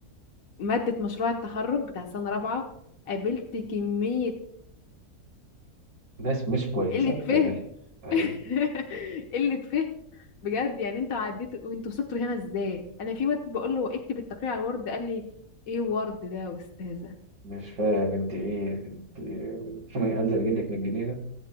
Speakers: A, on the left; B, on the right.
A: مادة مشروع التخرج بتاع سنة رابعة قابلت كمية
B: ناس مش كويسة
A: قلة فهم
B: كملي ايوه
A: <laughs> قلة فهم بجد يعني انتوا عديتوا وانتوا وصلتوا هنا ازاي انا في واد بقول له اكتب التقرير على الورد قال لي ايه ورد ده يا استاذه
B: مش فاهم انت ايه انت إيه؟ <laughs> انزل اجيب لك من الجنينة